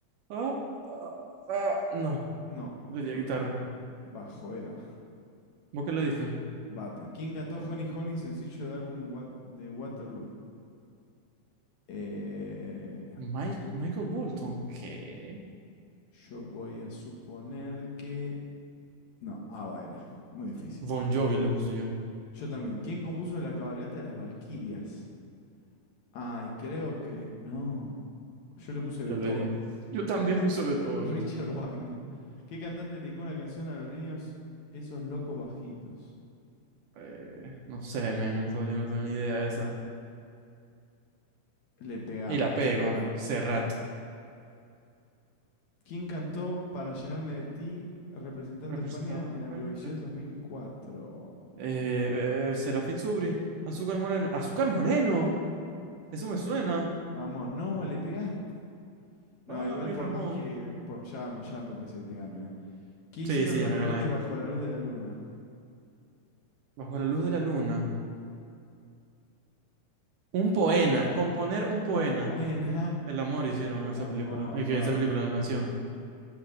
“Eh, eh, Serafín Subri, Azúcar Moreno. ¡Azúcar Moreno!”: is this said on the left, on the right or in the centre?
Right